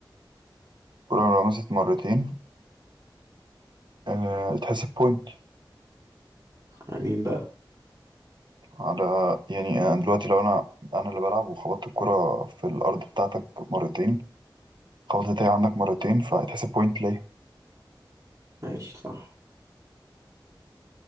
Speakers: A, on the right; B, on the right.
A: الكرة لو مسكت مرتين أه... تحسب بوينت
B: على مين بقى
A: على يعني أنا دلوقتي لو أنا أنا اللي بلعب وخبطت الكرة في الأرض بتاعتك مرتين خبطت هي عندك مرتين فهتحسب بوينت ليا
B: ماشي صح